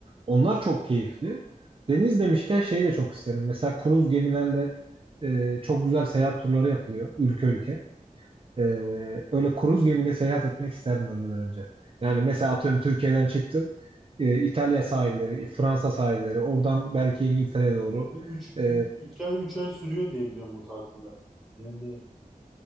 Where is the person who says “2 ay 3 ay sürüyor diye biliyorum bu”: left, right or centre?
Centre